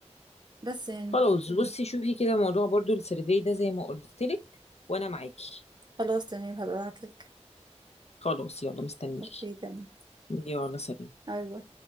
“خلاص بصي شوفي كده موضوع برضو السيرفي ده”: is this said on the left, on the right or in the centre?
Left